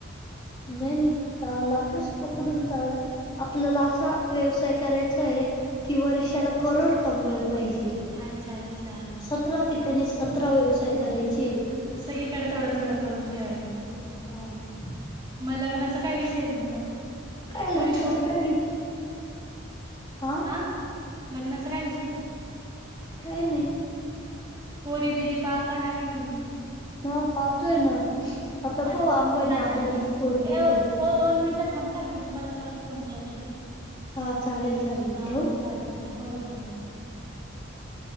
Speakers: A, on the left; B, on the right.
A: नाही नाही हा लाकेच पकडून चाला. आपल्याला असा व्यवसाय करायचा आहे. की वर्षाला करोड कमवायला पाहिजे.
B: अच्छा अच्छा.
A: सतरा ठिकाणी सतरा व्यवसाय करायचे.
B: अं, सगळीकडे थोडं थोडं करून ठेवायचं.
A: ह.
B: मग लग्नाचा काय विषय आहे तुमचा?
A: काय
B: कोणी
A: लग्न
B: पो
A: असं काही वि हा.
B: ह लग्नाचा काय विषय
A: काय नाही
B: पोरी बिरी पाहता का नाही तुम्ही?
A: हा पाहतोय ना आता
B: हा
A: पाऊ आंबानी
B: अच्छा
A: आदानीची पोरगी
B: ए
A: एखादी
B: ओ दोन मिनिटं थांबता का मी तुम्हाला परत फोन करते
A: हा चालेल चालेल
B: हा
A: ठेवू?
B: चालेल. चाल हो ठेवा ठेवा.